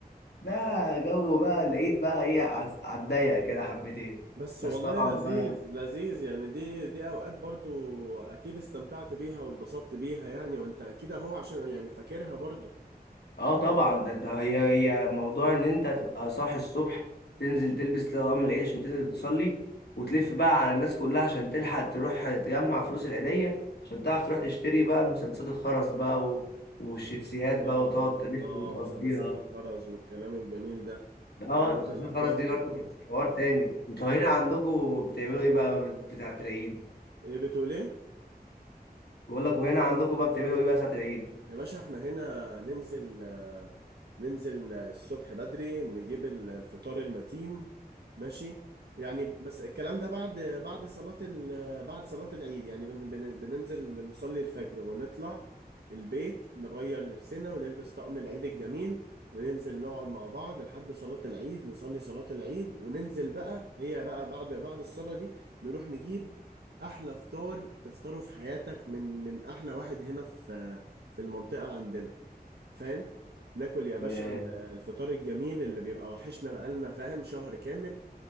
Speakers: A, on the left; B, on the right.
A: ده جو بقى العيد بقى إيه عز- على الضيق كده حبتين
B: بس
A: بس
B: والله
A: طبعا
B: لذيذ
A: بقى
B: لذيذ يعني دي دي أوقات برضو أكيد استمتعت بيها واتبسطت بيها يعني وأنت أكيد أهو عشان يعني فاكرها برضو
A: اه طبعا ده انت هي هي موضوع ان انت تبقى صاحي الصبح تنزل تلبس لغم العيد عشان تنزل تصلي وتلف بقى على الناس كلها عشان تلحق تروح تجمع فلوس العيدية عشان تعرف تروح تشتري بقى مسدسات الخرز بقى و... والشيبسيهات
B: الله
A: بقى وتقعد تلف
B: الله
A: وتقضيها
B: مسدسات الخرز والكلام الجميل ده
A: اه
B: لا
A: مسدسات
B: لا لا
A: الخرز
B: تحفة
A: دي برضه كانت حوار تاني انتوا هنا عندكم بتعملوا ايه بقى بتاعة العيد؟
B: إيه بتقول إيه؟
A: بقول لك وهنا عندكم بقى بتعملوا ايه بقى ساعة العيد؟
B: يا باشا احنا هنا ننزل آه، ننزل ن- الصبح بدري نجيب ال- الفطار المتين ماشي يعني بس الكلام ده بعد بعد صلاة ال بعد صلاة العيد يعني بن بن بننزل نصلي الفجر ونطلع البيت نغير لبسنا ونلبس طقم العيد الجميل وننزل نقعد مع بعض لحد صلاة العيد نصلي صلاة العيد وننزل بقى هي بقى بعد بعد الصلاة دي نروح نجيب أحلى فطار تفطره في حياتك من من أحلى واحد هنا في في المنطقة عندنا فاهم ناكل يا باشا
A: ياه.
B: ال- الفطار الجميل اللي بيبقى وحشنا بقالنا فاهم شهر كامل